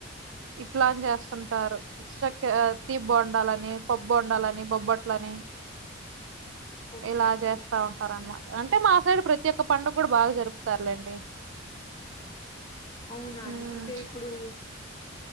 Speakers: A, on the right; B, on the left.
A: ఇట్లాని చేస్తుంటారు చక్క తీ బొండాలని పబ్బోండాలని బొబ్బట్లని
B: ఓకే
A: ఇలా
B: అండి
A: చేస్తా ఉంటారు అన్నమాట అంటే మా సైడ్ ప్రతి ఒక్క పండుగ కూడా బాగా జరుపుతారులేండి
B: అవునా
A: హు
B: అంటుంటే ఇప్పుడు